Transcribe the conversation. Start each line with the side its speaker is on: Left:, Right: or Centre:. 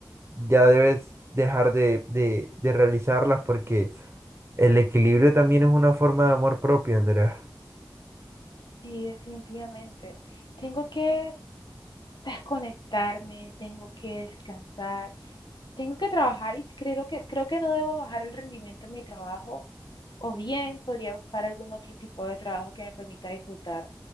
Right: ya debes dejar de, de, de realizarlas porque el equilibrio también es una forma de amor propio, Andrea.
Left: Sí, definitivamente. Tengo que desconectarme, tengo que descansar, tengo que trabajar y creo que, creo que no debo bajar el rendimiento en mi trabajo, o bien podría buscar algún otro tipo de trabajo que me permita disfrutar